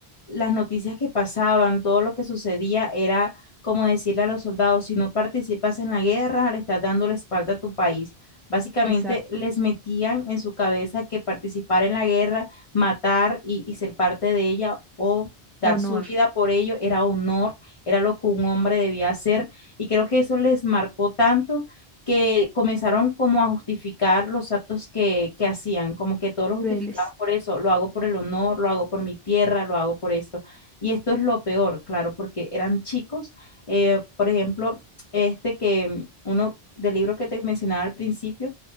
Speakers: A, on the left; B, in the centre.
A: las noticias que pasaban, todo lo que sucedía era como decirle a los soldados, si no participas en la guerra, le estás dando la espalda a tu país. Básicamente
B: exacto.
A: les metían en su cabeza que participar en la guerra, matar y, y ser parte de ella o dar
B: Honor.
A: su vida por ello era honor, era lo que un hombre debía hacer. Y creo que eso les marcó tanto que comenzaron como a justificar los actos que, que hacían, como que todos lo justificaban
B: Reles.
A: por eso, lo hago por el honor, lo hago por mi tierra, lo hago por esto. Y esto es lo peor, claro, porque eran chicos, eh, por ejemplo, este que uno del libro que te mencionaba al principio,